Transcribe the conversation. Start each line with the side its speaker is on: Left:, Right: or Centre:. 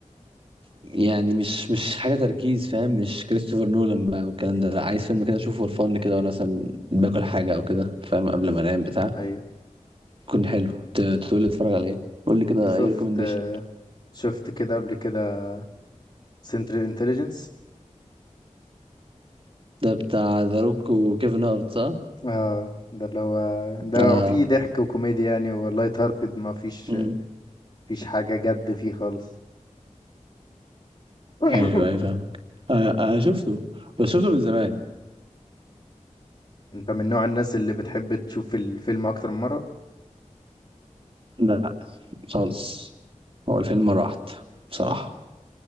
Right: يعني مش مش حاجه تركيز فاهم مش كريستوفر نولان بقى والكلام ده لا عايز فيلم كده اشوفه فور فن كده وانا مثلا باكل حاجه او كده فاهم قبل ما انام بتاع
Left: ايوه
Right: يكون حلو ت- تقول لي اتفرج على ايه قول لي كده
Left: شفت
Right: اي ريكومنديشن
Left: شفت كده قبل كده سنترال انتليجنس
Right: ده بتاع ذا روك وكيفن هارت صح
Left: اه ده اللي هو ده
Right: اه
Left: فيه ضحك وكوميديا يعني ولايت هارتد ما فيش
Right: مم.
Left: فيش حاجة جد فيه خالص <coughs>
Right: ايوه ايوه فاهمك آه آه شفته بس شفته من زمان
Left: انت من نوع الناس اللي بتحب تشوف الفيلم اكتر من مرة
Right: لا خالص هو الفيلم مرة واحدة بصراحة